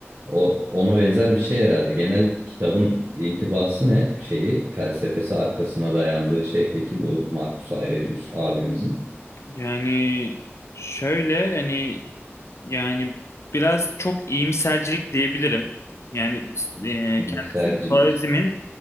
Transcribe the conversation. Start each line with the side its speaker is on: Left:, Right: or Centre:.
Right: O, ona benzer bir şey herhalde. Genel kitabın intibası ne? Şeyi, felsefesi arkasına dayandığı şey peki bu Marcus Aurelius abimizin.
Left: Yani şöyle hani yani biraz çok iyimsercilik diyebilirim. Yani e,
Right: İyimsercilik.
Left: kendisi Stoizm'in